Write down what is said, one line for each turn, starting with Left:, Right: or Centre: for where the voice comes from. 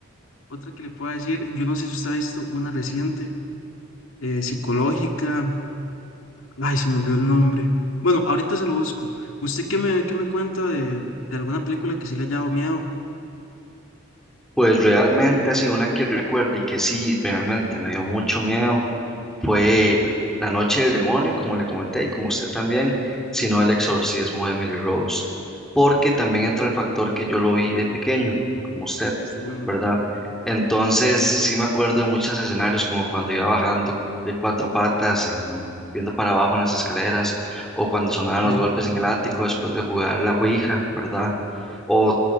Left: otra que le puedo decir, yo no sé si usted ha visto una reciente, eh, psicológica, ay, se me olvidó el nombre. Bueno, ahorita se lo busco. ¿Usted qué me, qué me cuenta de, de alguna película que sí le haya dado miedo?
Centre: Pues realmente así, una que recuerde y que sí, realmente me dio mucho miedo. fue La Noche del Demonio, como le comenté, y como usted también, sino El Exorcismo de Emily Rose, porque también entra el factor que yo lo vi de pequeño, como usted,
Left: Entiendo,
Centre: ¿verdad? Entonces, sí me acuerdo de muchos escenarios, como cuando iba bajando de cuatro patas, en- viendo para abajo en las escaleras, o cuando sonaban
Left: Sí,
Centre: los golpes
Left: <laughs>
Centre: en el ático después de jugar la Ouija, ¿verdad? O